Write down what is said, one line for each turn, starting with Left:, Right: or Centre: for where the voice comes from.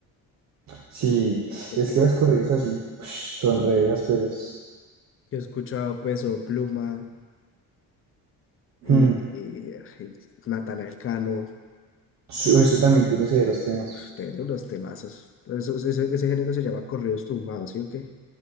Right: Sí,
Left: Yo
Right: es que los corridos así, <sniffs> son re ásperos.
Left: he escuchado Peso Pluma, y,
Right: Mm,
Left: y, y Natanael Cano,
Right: sí, ese también tiene severos temas.
Left: uf, tiene unos temazos. Pero eso- ese, ese género se llama corridos tumbados, ¿sí o qué?